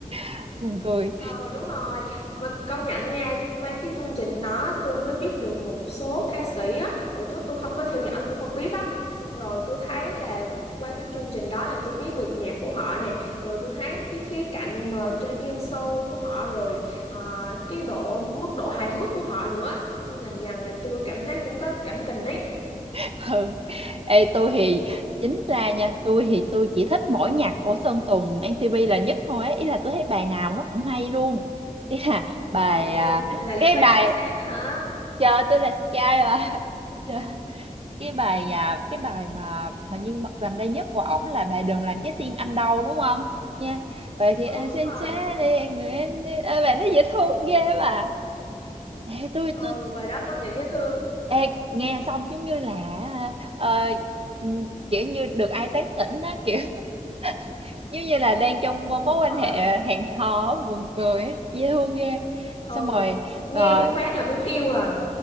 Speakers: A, on the right; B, on the left.
A: <laughs> buồn cười
B: Ờ đúng rồi mà công nhận nha qua cái chương trình đó tôi mới biết được một số ca sĩ á hồi trước tôi không có theo dõi tôi không biết á xong rồi tôi thấy là qua cái chương trình đó là tôi biết được nhạc của họ nè rồi tôi thấy cái khía cạnh mà chơi game show của họ rồi à, cái độ mức độ hài hước của họ nữa xong dần dần là tôi cảm thấy cũng có cảm tình ấy
A: <laughs> Ừ. Ê, tôi thì chính
B: Ừ.
A: ra nha tôi thì tôi chỉ thích mỗi nhạc của Sơn Tùng MTP là nhất thôi ấy. Ý là tôi thấy bài nào nó cũng hay luôn ý là bài
B: à
A: à,
B: vậy là
A: cái
B: fan
A: bài
B: của sếp á hả
A: chờ tôi là Sky mà Chờ- <laughs> cái bài à, cái bài mà hình như gần đây nhất của ổng là bài đừng làm trái tim anh đau đúng không nha vậy thì
B: ừ
A: anh
B: đúng
A: xin
B: rồi
A: chết đi người anh đi Ôi, bài nó dễ thương ghê mà Ê, tôi
B: ừ
A: tôi
B: bài đó công nhận dễ thương
A: Ê, nghe xong giống như là ờ, ừ, kiểu như được ai tán tỉnh á kiểu <laughs> giống như là đang trong mối
B: đúng
A: quan
B: rồi
A: hệ hẹn hò á, buồn cười ấy, dễ thương ghê
B: ừ
A: xong rồi
B: nghe
A: ờ,
B: một phát là muốn yêu rồi